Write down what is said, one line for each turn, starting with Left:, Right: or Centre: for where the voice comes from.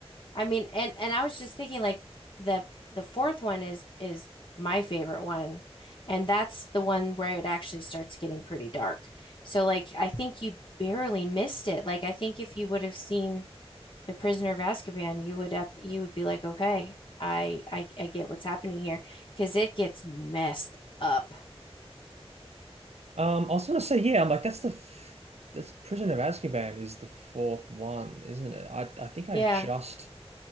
Left: I mean, and and I was just thinking like the the fourth one is is my favorite one. And that's the one where it actually starts getting pretty dark. So like I think you barely missed it. Like I think if you would have seen the prisoner of Azkaban, you would up you would be like, okay, I I, I get what's happening here because it gets messed up.
Right: Um, I was gonna say yeah. I'm like that's the f that's Prisoner of Azkaban is the fourth one, isn't it? I I think I
Left: Yeah,
Right: just